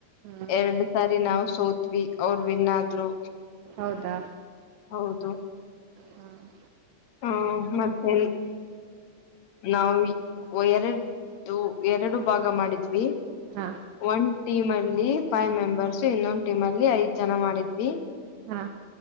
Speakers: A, on the right; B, on the left.
A: ಹ್ಮ್
B: ಎರಡ್ ಸಾರಿ ನಾವ್ ಸೋತ್ವಿ ಅವ್ರ ವಿನ್ ಆದ್ರು
A: ಹೌದಾ
B: ಹೌದು
A: ಹ್ಮ್
B: ಹಾ ಮತ್ತೆ ನಾವ ಎ ಎರಡು ಭಾಗ ಮಾಡಿದ್ವಿ
A: ಹಾ
B: ಒನ್ ಟೀಮ ಅಲ್ಲಿ ಫೈವ್ ಮೆಂಬರ್ಸ್ ಇನ್ನೊಂದ್ ಟೀಮ್ ಅಲ್ಲಿ ಐದ್ ಜನ ಮಾಡಿದ್ವಿ
A: ಹಾ